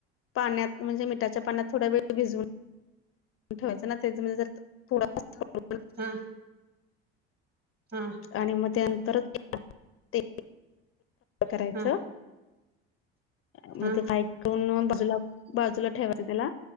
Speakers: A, on the left; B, on the right.
A: पाण्यात म्हणजे मिठाच्या पाण्यात थोडा वेळ भिजूऊन ठेवायचं ना <unintelligible>
B: हा, हा.
A: आणि मग त्यानंतर ते. करायच
B: हा
A: मग
B: हा
A: ते पाईप जूला बाजूला ठेवायच त्याला